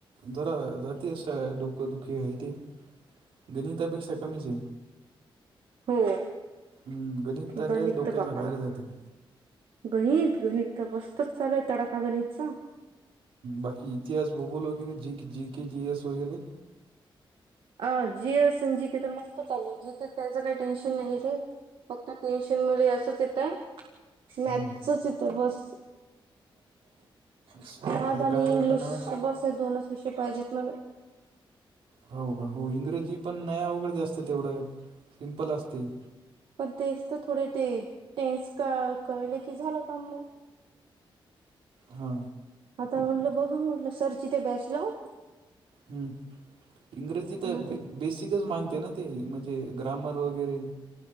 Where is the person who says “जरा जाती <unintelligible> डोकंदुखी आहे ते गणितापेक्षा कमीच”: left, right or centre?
Right